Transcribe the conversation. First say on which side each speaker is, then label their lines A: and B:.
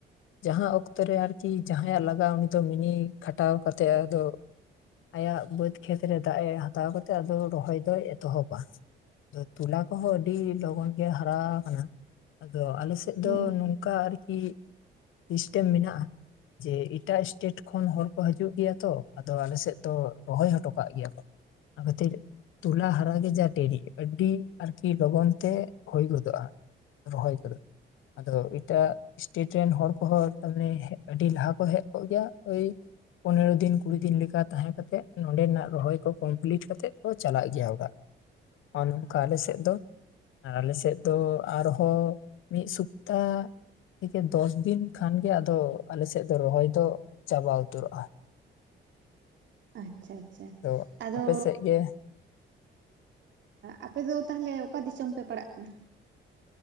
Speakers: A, on the left; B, on the right.
A: ᱡᱟᱦᱟᱸ ᱚᱠᱛᱚ ᱚᱠᱛᱚ ᱨᱮ ᱟᱨᱠᱤ ᱡᱟᱦᱟᱸᱭᱟᱜ ᱞᱟᱜᱟᱜᱼᱟ ᱩᱱᱤ ᱫᱚ ᱢᱤᱱᱤ ᱠᱷᱟᱴᱟᱣ ᱠᱟᱛᱮᱫ ᱟᱫᱚ ᱟᱭᱟᱜ ᱵᱟᱹᱫᱽ ᱠᱷᱮᱛᱨᱮ ᱫᱟᱜ ᱮ ᱦᱟᱛᱟᱣ ᱠᱟ ᱠᱟᱛᱮᱫ ᱟᱫᱚ ᱨᱚᱦᱚᱭ ᱫᱚᱭ ᱮᱛᱚᱦᱚᱵᱟ ᱛᱚᱞᱟ ᱠᱚᱦᱚᱸ ᱟᱹᱰᱤ ᱞᱚᱜᱚᱱ ᱜᱮ ᱦᱟᱨᱟ ᱟᱠᱟᱱᱟ ᱟᱫᱚ ᱟᱞᱮ ᱥᱮᱫ ᱮᱛᱮᱫ ᱫᱚ
B: ᱦᱮᱸ
A: ᱱᱚᱝᱠᱟ ᱟᱨᱠᱤ ᱥᱤᱥᱴᱮᱢ ᱢᱮᱱᱟᱜᱼᱟ ᱡᱮ ᱮᱴᱟᱜ ᱮᱥᱴᱮᱴ ᱠᱷᱚᱱ ᱦᱚᱲ ᱠᱚ ᱦᱤᱡᱩᱜ ᱜᱮᱭᱟ ᱛᱚ ᱟᱫᱚ ᱟᱞ ᱥᱮᱫ ᱫᱚ ᱨᱚᱦᱚᱭ ᱦᱚᱴᱚ ᱠᱟᱜ ᱜᱮᱭᱟ ᱠᱚ ᱟᱛ ᱛᱚᱞᱟ ᱦᱟᱨᱟ ᱜᱮ ᱡᱟ ᱰᱮᱨᱤ ᱟᱹᱰᱤ ᱟᱨᱠᱤ ᱞᱚᱜᱚᱱ ᱛᱮ ᱦᱩᱭ ᱜᱚᱫᱚᱜᱼᱟ ᱨᱚᱦᱚᱭ ᱜᱚᱫᱚᱜ ᱟᱫᱚ ᱮᱴᱟᱜ ᱥᱥᱴᱮᱴ ᱨᱮᱱ ᱦᱚᱲ ᱠᱚᱦᱚᱸ ᱛᱟᱨᱟᱱᱮ ᱟᱹᱰᱤ ᱞᱟᱦᱟ ᱠᱚ ᱦᱮᱡ ᱠᱚᱜ ᱜᱮᱭᱟ ᱳᱭ ᱯᱚᱱᱮᱨᱚ ᱫᱤᱱ ᱠᱩᱲᱤ ᱫᱤᱱ ᱞᱮᱠᱟ ᱛᱟᱦᱮᱸ ᱠᱟ ᱠᱟᱛᱮᱫ ᱱᱚᱸᱰᱮᱱᱟᱜ ᱨᱚᱦᱚᱭ ᱠᱚ ᱠᱚᱢᱯᱞᱤᱴ ᱠᱟᱛᱮᱫ ᱠᱚ ᱪᱟᱞᱟᱜ ᱜᱮᱭᱟ ᱚᱲᱟᱜ ᱱᱚᱜᱼ ᱱᱚᱝᱠᱟ ᱟᱞ ᱥᱮᱫ ᱫᱚ ᱟᱨ ᱟᱞᱮᱥᱮᱫ ᱫᱚ ᱟᱨᱦᱚᱸ ᱢᱤᱫ ᱥᱚᱯᱛᱟ ᱛᱷᱮᱠᱮ ᱫᱚᱥ ᱫᱤᱱ ᱠᱷᱟᱱ ᱜᱮ ᱟᱫᱚ ᱟᱞᱮ ᱥᱮᱫ ᱫᱚ ᱨᱚᱦᱚᱭ ᱫᱚ ᱪᱟᱵᱟ ᱩᱛᱟᱹᱨᱚᱜᱼᱟ
B: ᱟᱪᱷᱟ ᱟᱪᱷᱟ
A: ᱛᱚ
B: ᱟᱫᱚ
A: ᱟᱯᱮ ᱥᱮᱫ ᱜᱮ
B: ᱟᱯᱮ ᱫᱚ ᱛᱟᱦᱚᱞᱮ ᱚᱠᱟ ᱫᱤᱥᱚᱢ ᱯᱮ ᱯᱟᱲᱟᱜ ᱠᱟᱱᱟ